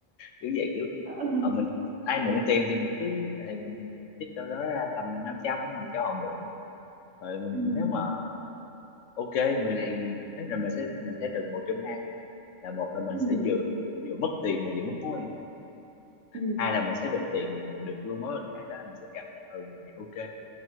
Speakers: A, on the left; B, on the right.
A: kiểu vậy kiểu
B: <laughs>
A: ờ, mình ai mượn tiền thì mình cứ thì mình trích đâu đó ra tầm 500 mình cho họ mượn rồi mình
B: ừ
A: nếu mà ok người này đến là mình sẽ mình sẽ được một trong hai là một là mình
B: ừ
A: sẽ vừa vừa mất tiền mà vừa mất mối quan hệ
B: ừ,
A: hai là mình sẽ được tiền và mình được luôn mối quan hệ đó là mình sẽ cảm thấy ừ người này ok